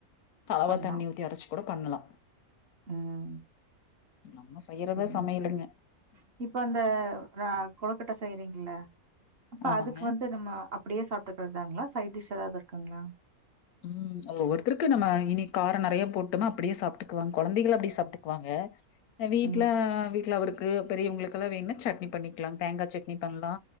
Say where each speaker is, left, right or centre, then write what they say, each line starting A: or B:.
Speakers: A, on the left; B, on the right.
A: தளவா
B: பண்லா
A: தண்ணி ஊத்தி அரச்சு கூட பண்ணலாம்
B: ம்
A: நம்ம செய்யறதா
B: செரிங்க
A: சமையலுங்க
B: செரிங்க இப்ப அந்த ரா கொழக்கட்ட செய்றீங்கில்ல அப்ப
A: ஆமாங்க.
B: அதுக்கு வந்து நம்மோ அப் அப்பிடியே சாப்ட்டுக்கிறத் தாங்களா சைட் டிஷ் ஏதாவது இருக்குங்களா
A: ம் ஒவ்வொருத்தருக்கும் நம்ம இனி காரோ நெறய போட்டோம்னா அப்பிடியே சாப்பிட்டுக்குவாங்க கொழந்தைகளூ அப்பிடியே சாப்பிட்டுக்குவாங்க எ வீட்ல
B: ம்
A: அ வீட்ல அவருக்கு பெரியவங்களுக்கெல்லா வேண்ணா சட்னி பண்ணிக்கலா தேங்கா சட்னி பண்லா